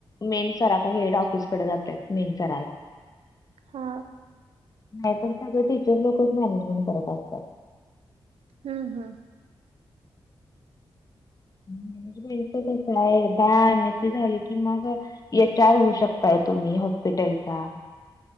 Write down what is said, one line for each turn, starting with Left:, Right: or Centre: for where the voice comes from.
Left: मेन सराकडे हेड जातात मेन सराला.
Right: हा
Left: नाही तर सगळं टीचर लोकच मॅनेजमेंट करत असतात.
Right: हम् हम.
Left: मॅनेजमेंटच कस आहे एकदा एम एसी झाली की मग एच आर होऊ शकता तुम्ही हॉस्पिटलचा.